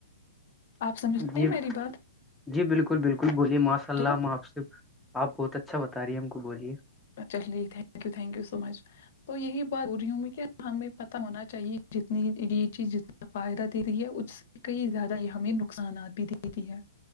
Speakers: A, on the left (about 55°); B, in the centre.
A: آپ سمجھتے
B: جی
A: ہیں میری بات
B: جی بالکل بالکل بولیے ماشاء اللہ
A: تو
B: ہم آپ سے آپ بہت اچھا بتا رہی ہے ہم کو بولیے
A: چلیے thank you thank you so much تو یہی بات ہو رہی ہوں میں کہ ہمیں پتا ہونا چاہیے جتنی یہ چیز جتنا فائدہ دے رہی ہے اس سے کئی زیادہ یہ ہمیں نقصانات بھی دیتی ہے